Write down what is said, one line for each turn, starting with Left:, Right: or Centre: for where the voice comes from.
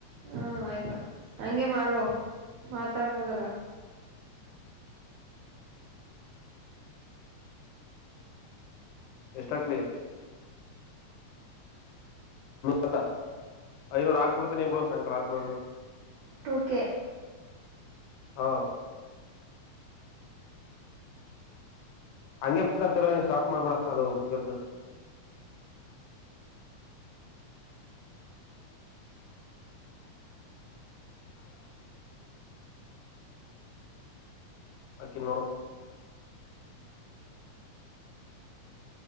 Right: ಹಾ ಆಯ್ತು ಹಂಗೆ ಮಾಡ್ಬೋ ಮಾತಾಡ್ಬೋದಲ್ಲ
Left: ಎಷ್ಟಕ್ಲಿ ಹತಾ ಐನೂರು ಹಾಕ ಕೊಡ್ತೇನ ಇಬ್ಡ ಸಂಂಕಾಲ ಆಕಡ
Right: ಟಕೆ
Left: ಹಾ ಹಂಗೆ ಮಾತಾಡ್ತಿರ ನೀ ಶಾಪ್ ಮಾಡ್ಬಿಡ ಅದು ಕೇಳ್ಸಕ ಹಕಿನ್ನೋಡ